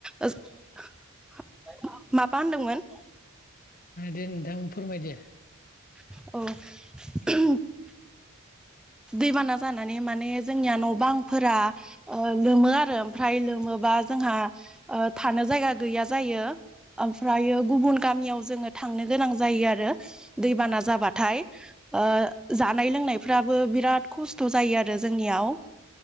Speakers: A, in the centre; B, on the left.
A: ओ माबा होनदोंमोन?
B: दे नोंथां फोरमाय दे।
A: अह। दैबाना जानानै माने जोंनिया न' बांफोरा ओ लोमो आरो ओमफ्राय लोमो बा जोंहा ओ थानो जायगा गैया जायो। ओमफ्रायो गुबुन गामियाव जोङो थांनो गोनां जायो आरो दैबाना जाबाथाय। ओ जानाय लोंनायफ्राबो बिराद खस्थ' जायो आरो जोंनियाव।